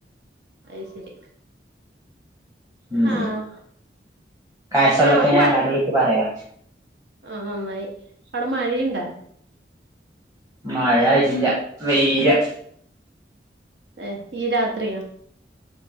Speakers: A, on the right; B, on the right.
A: അത് ശരി
B: ഉം
A: ആഹ്
B: കാശ്
A: പിന്നെ
B: ഒള്ളപ്പ
A: അവിടെ
B: ഞാൻ
A: മഴ
B: അങ്ങാട് വിളിച്ച് പറയാ.
A: ആഹ് നന്നായി അവിടെ മഴയുണ്ടാ?
B: മഴയില്ലാ വെയിലാ.
A: ഏ ഈ രാത്രിയാ